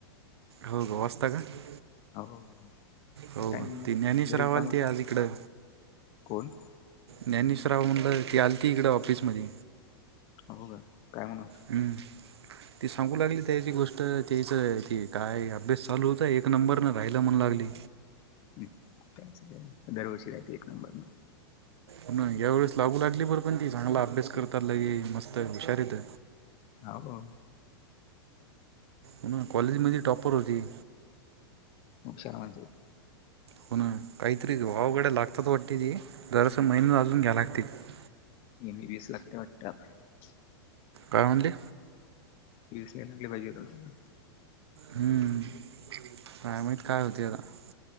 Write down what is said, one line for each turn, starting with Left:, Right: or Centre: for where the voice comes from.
Right: हो ग वास्त का <unintelligible>
Left: हो <unintelligible>
Right: हो.
Left: टाईम
Right: ती ज्ञानेश
Left: घरी
Right: रावाल
Left: कामच
Right: आलती
Left: आहे.
Right: आज इकडं.
Left: कोण
Right: ज्ञानेशराव म्हणलं ती आलती इकडे ऑफिसमध्ये.
Left: होघ काय म्हण होता <unintelligible>
Right: ह. ती सांगू लागली त्याची गोष्ट त्या हच ती- काय अभ्यास चालू होताय, एक नंबर न राहिला म्हण लागली.
Left: हम्. दरवर्षी येते एक नंबर न.
Right: पण या वेळेस लागू लागली बर पण ती चांगला अभ्यास करताल मस्त हुशार येत-
Left: हा <unintelligible>
Right: ह. कॉलेज मध्ये टॉपर होती.
Left: हुशार माणसं आहेत.
Right: पुण <unintelligible> काहीतरी वावाकडे लागतात वाटते ती जरसं महिन अजून घ्या लागते <unintelligible>
Left: ए बस <unintelligible> कत वाट <unintelligible>
Right: काय म्हटली?
Left: स ला पाहिजे <unintelligible>
Right: हम्म काय माहित काय होतय आता. !